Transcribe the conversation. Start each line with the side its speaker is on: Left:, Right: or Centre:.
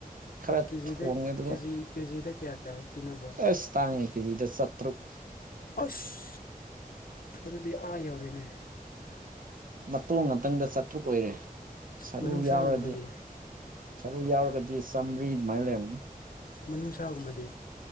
Right: ꯈꯔ
Left: ꯀꯦꯖꯤꯗ
Right: ꯊꯣꯡꯉꯦ ꯑꯗꯨꯒ
Left: ꯀꯦꯖꯤ ꯀꯦꯖꯤꯗ ꯀꯌꯥ ꯀꯌꯥ ꯄꯤꯅꯕ꯭ꯔꯣ
Right: ꯑꯁ ꯇꯥꯡꯉꯦ ꯀꯦꯖꯤꯗ ꯆꯥꯇ꯭ꯔꯨꯛ
Left: ꯑꯁ ꯑꯗꯨꯗꯤ ꯑꯥ ꯌꯧꯔꯦꯅꯦ
Right: ꯃꯇꯣꯟ ꯉꯥꯛꯇꯪꯗ ꯆꯥꯇ꯭ꯔꯨꯛ ꯑꯣꯏꯔꯦ ꯁꯔꯨ
Left: ꯃꯅꯨꯡꯅꯨꯡꯁꯥꯒꯨꯝꯕꯗꯤ
Right: ꯌꯥꯎꯔꯗꯤ ꯁꯔꯨ ꯌꯥꯎꯔꯒꯗꯤ ꯆꯝꯔꯤ ꯗꯨꯃꯥꯏꯅ ꯂꯩꯔꯝꯅꯤ
Left: ꯃꯅꯨꯡꯁꯥꯒꯨꯝꯕꯗꯤ